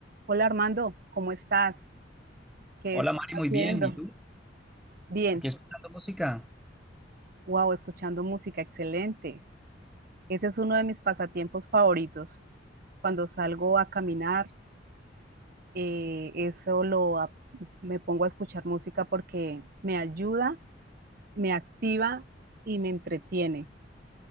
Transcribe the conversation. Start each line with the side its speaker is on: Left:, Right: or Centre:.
Right: Hola Armando, ¿cómo estás? ¿Qué
Centre: Hola
Right: estás
Centre: Mari, muy
Right: haciendo?
Centre: bien. ¿Y tú?
Right: Bien,
Centre: ¿Aquí escuchando música?
Right: wow, escuchando música, excelente. Ese es uno de mis pasatiempos favoritos. Cuando salgo a caminar, eh, eso lo ap- me pongo a escuchar música porque me ayuda, me activa y me entretiene.